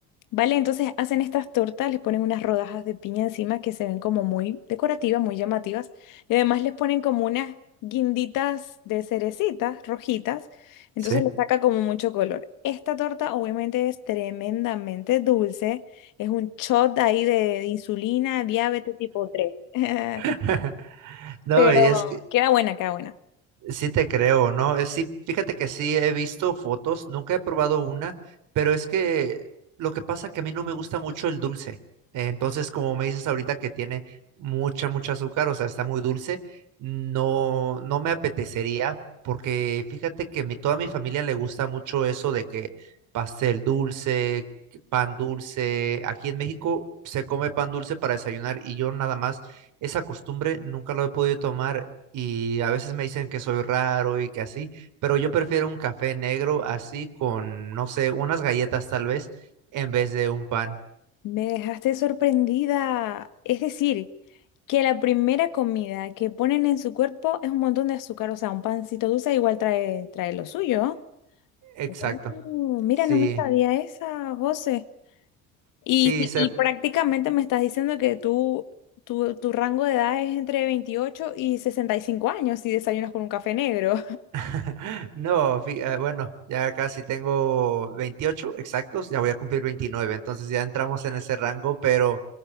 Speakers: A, on the left (about 70°); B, on the right (about 65°).
A: Vale, entonces hacen estas tortas, les ponen unas rodajas de piña encima que se ven como muy decorativas, muy llamativas. Y además les ponen como unas guinditas de cerecitas rojitas. Entonces
B: sí.
A: le saca como mucho color. Esta torta obviamente es tremendamente dulce. Es un shot ahí de de insulina, diabetes tipo tres <laughs>
B: <laughs> No,
A: Pero
B: y es que
A: queda buena, queda buena.
B: Sí te creo, ¿no? Eh, Sí, fíjate que sí he visto fotos, nunca he probado una, pero es que lo que pasa que a mí no me gusta mucho el dulce. Eh, Entonces, como me dices ahorita que tiene mucha, mucha azúcar, o sea, está muy dulce, no, no me apetecería, porque fíjate que mi, toda mi familia le gusta mucho eso de que pastel dulce, que pan dulce. Aquí en México se come pan dulce para desayunar y yo nada más esa costumbre nunca lo he podido tomar y a veces me dicen que soy raro y que así, pero yo prefiero un café negro así con, no sé, unas galletas tal vez en vez de un pan.
A: Me dejaste sorprendida. Es decir, que la primera comida que ponen en su cuerpo es un montón de azúcar, o sea, un pancito dulce igual trae, trae lo suyo.
B: Exacto.
A: Oh, mira,
B: Sí,
A: no me sabía esa, José. Y,
B: sí,
A: si-
B: sé,
A: y prácticamente me estás diciendo que tú, tu, tu rango de edad es entre 28 y 65 años si desayunas con un café negro.
B: <laughs> No, fi- eh, bueno, ya casi tengo 28 exactos, ya voy a cumplir 29, entonces ya entramos en ese rango, pero